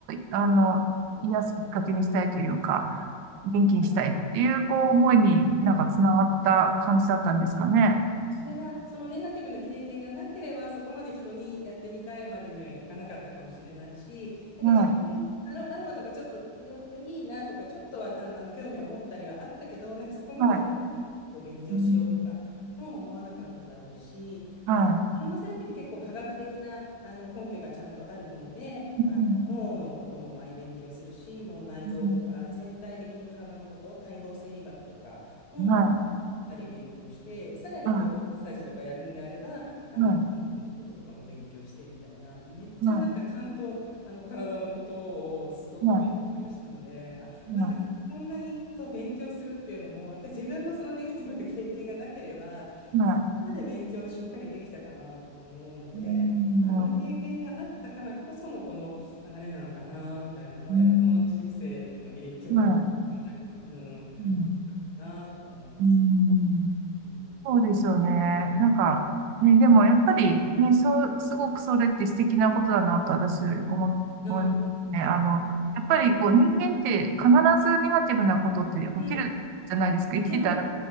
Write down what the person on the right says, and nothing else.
あの、
癒すきっかけにしたいというか、
元気にしたいっていう、
こう、思いになんかつながった感じだったんですかね。
はい、
はい、うん、
はい、
うん
う
んはい、
は
い、はい、
はい、
は
い、
は
い、
はい、うん、
うん、
うん、は
い、うん、うん
そうですよね。なんか、ね、でもやっぱりね、そう、すごくそれって素敵なことだなと私思、
思いますね。あの、
やっぱりこう人間って必ずネガティブなことって起きるじゃないですか。
生きてたら、